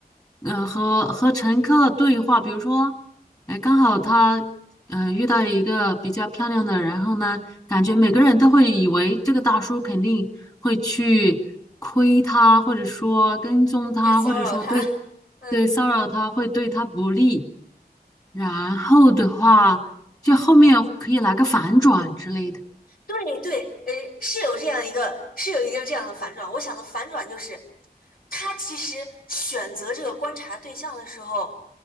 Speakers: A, on the left (about 20°); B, on the left (about 65°).
A: 呃，和和乘客对话，比如说。哎，刚好他呃遇到一个比较漂亮的，然后呢，感觉每个人都会以为这个大叔肯定会去亏他，或者说跟踪他，
B: 去骚扰他，
A: 或者说对
B: 嗯，
A: 对骚扰他，会对他不利。然后的话，就后面可以来个反转之类的。
B: 对对，呃，是有这样一个是有一个这样的反转，我想的反转就是，他其实选择这个观察对象的时候。